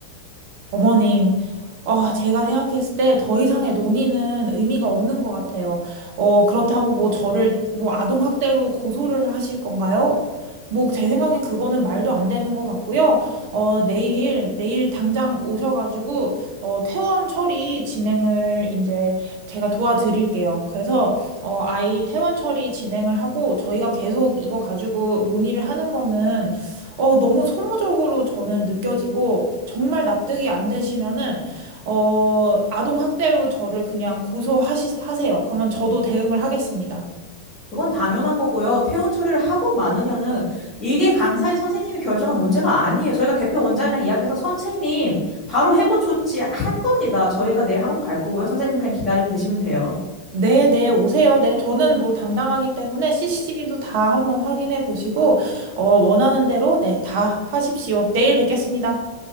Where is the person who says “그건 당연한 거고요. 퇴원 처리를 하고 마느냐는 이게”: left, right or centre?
Left